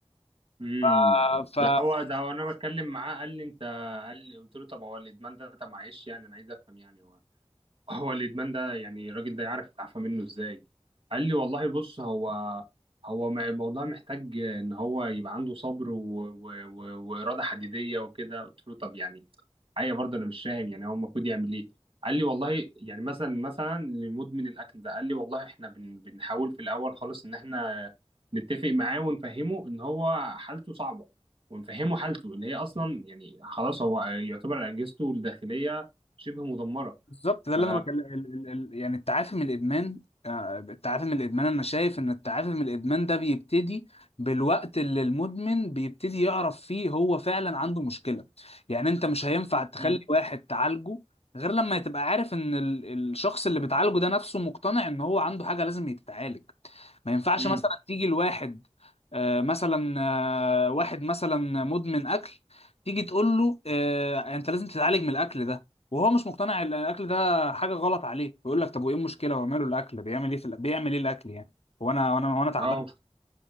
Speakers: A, on the right; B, on the left.
A: امم
B: بالسلب
A: ده هو ده وانا بتكلم معاه قال لي انت قال لي قلت له طب هو الادمان ده طب معلش يعني انا عايز افهم يعني هو هو الادمان ده يعني الراجل ده يعرف يتعافى منه ازاي قال لي والله بص هو هو مع- الموضوع محتاج ان هو يبقى عنده صبر و... و... و... واراده حديديه وكده قلت له طب يعني حقيقة برضه انا مش فاهم يعني هو المفروض يعمل ايه قال لي والله يعني مثلا مثلا لمدمن الاكل ده قال لي والله احنا بن بنحاول في الاول خالص ان احنا نتفق معاه ونفهمه ان هو حالته صعبة ونفهمه حالته ان هي اصلا يعني خلاص هو يعتبر اجهزته الداخلية شبه مدمرة
B: بالظبط ده
A: ف
B: اللي انا بكلم ال... ال... ال... يعني التعافي من الادمان آه، التعافي من الادمان انا شايف ان التعافي من الادمان ده بيبتدي بالوقت اللي المدمن بيبتدي يعرف فيه هو فعلا عنده مشكلة يعني انت مش هينفع تخلي
A: مم.
B: واحد تعالجه غير لما تبقى عارف ان ال... الشخص اللي بتعالجه ده نفسه مقتنع ان هو عنده حاجة لازم يتعالج ما ينفعش
A: مم.
B: مثلا تيجي لواحد آه، مثلا واحد مثلا مدمن اكل تيجي تقول له آه انت لازم تتعالج من الاكل ده وهو مش مقتنع ان الاكل ده حاجه غلط عليه يقول لك طب وايه المشكله هو ماله الاكل بيعمل ايه في الأ- بيعمل ايه الاكل يعني وانا وانا وانا تعبان
A: اه